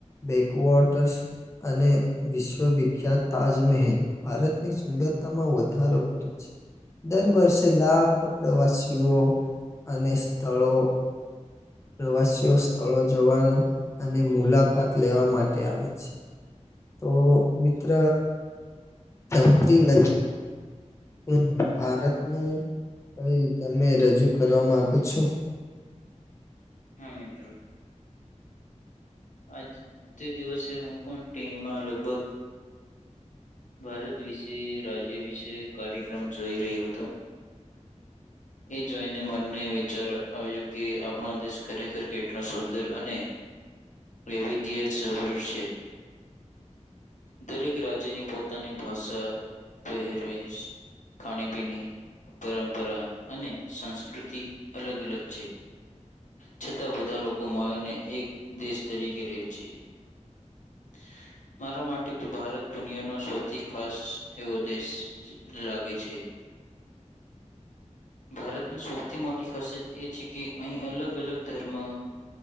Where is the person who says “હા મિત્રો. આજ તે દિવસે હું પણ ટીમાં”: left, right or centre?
Left